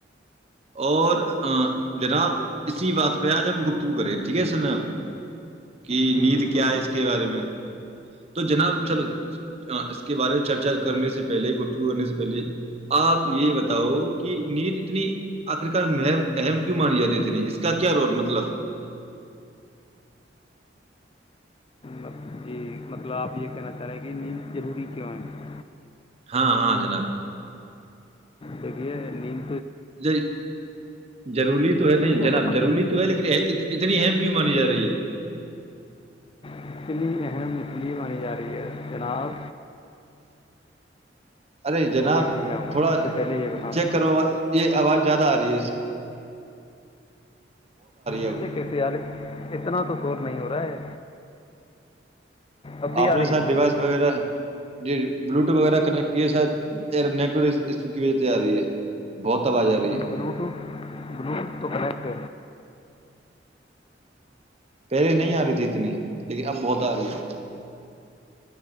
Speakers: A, on the right; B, on the left.
A: اور جناب اسی بات پہ آج ہم گپتگو کریں ٹھیک ہے سناب کہ
B: جی
A: نیند
B: بالکل
A: کیا ہے اس کے بارے میں تو جناب چل
B: جی
A: اس کے بارے میں چرچا کرنے سے پہلے گفتگو کرنے سے پہلے آپ یہ بتاؤ کہ نیت اتنی آخر کار م اہم کیوں مان ج دیتنی اس کا کیا رول مطلب
B: مط- جی مطلب آپ یہ کہنا چاہ رہے ہیں کہ نیند ضروری کیوں ہے
A: ہاں ہاں جناب
B: ج دک ہے نین
A: جی ضروری تو ہے نہیں
B: جب
A: جناب
B: اپن
A: روری تو ہے لیکن اتنا اتنی ام کیوں مانی جا رہی ہے
B: اتنی اہم مچھلی مانی جا رہی ہے جناب
A: ارے جناب
B: دیکھیے میں
A: تھوڑا
B: سب سے پہلے یہ بتاؤں
A: چیک کرو یہ آواز زیادہ آ کرری اب
B: ایسے کیسے یار اتنا تو کور نہیں ہو رہا ہے اب بھی
A: اپنے
B: آ رہی
A: ساتھ
B: ہے
A: ڈیوائس وغیرہ جی بلوٹوتھ وغیرہ کن یہ شاید نیٹور اس کی وجہ سے آ رہی ہے بہت آواز آ رہی ہے
B: بلوٹوتھ بلوٹوتھ تو کنیکٹ
A: پہلے نہیں آ رہی تھی اتنی لیکن اب بہت آ رہی ہے